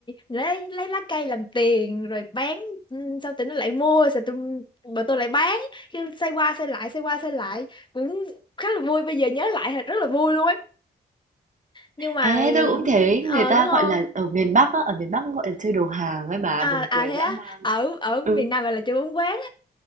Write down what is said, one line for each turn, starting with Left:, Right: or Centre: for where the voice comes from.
Left: lấy lấy lá cây làm tiền rồi bán ừ, sau tụi nó lại mua sau tụi bọn tôi lại bán cứ xoay qua xoay lại xoay qua xoay lại cũng khá là vui bây giờ nhớ lại thì rất là vui luôn ấy nhưng mà
Right: Ê, tôi cũng thấy
Left: ờ
Right: người ta
Left: đúng không
Right: gọi là ở miền Bắc á, ở miền Bắc gọi là chơi đồ hàng ấy bà, buồn
Left: à à
Right: cười
Left: thế á
Right: dã man.
Left: ở ở miền
Right: Ừ.
Left: Nam gọi là chơi bóng quán